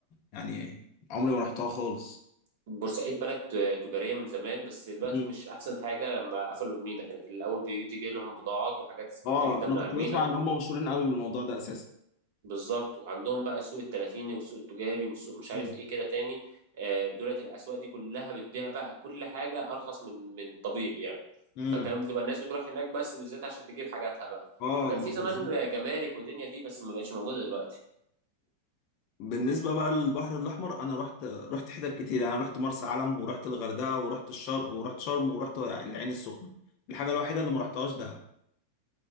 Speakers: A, on the left (about 50°); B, on the right (about 70°).
A: يعني عمري ما رحتها خالص
B: بورسعيد بلد تجارية من زمان بس دلوقتي
A: مم.
B: مش أحسن حاجة لما قفلوا المينا كانت الأول بتيجي لهم بضاعات وحاجات
A: اه
B: كتير جدا
A: انا
B: من
A: كنت
B: على المينا
A: بسمع ان هم مشهورين قوي بالموضوع ده اساسا
B: بالظبط وعندهم بقى السوق التلاتيني والسوق التجاري والسوق مش عارف
A: امم
B: ايه كده تاني آه، دولت الاسواق دي كلها بتبيع بقى كل حاجه ارخص من من الطبيعي يعني
A: امم
B: فكان بتبقى الناس بتروح هناك بس بالذات عشان تجيب حاجاتها بقى
A: اه
B: وكان
A: ما
B: في
A: بالظبط
B: زمان جمارك ودنيا دي بس ما بقتش موجوده دلوقتي
A: بالنسبة بقى للبحر الأحمر أنا رحت رحت حتت كتير يعني رحت مرسى علم ورحت الغردقة ورحت الشرق ورحت شرم ورحت العين السخنة الحاجة الوحيدة اللي ما رحتهاش دهب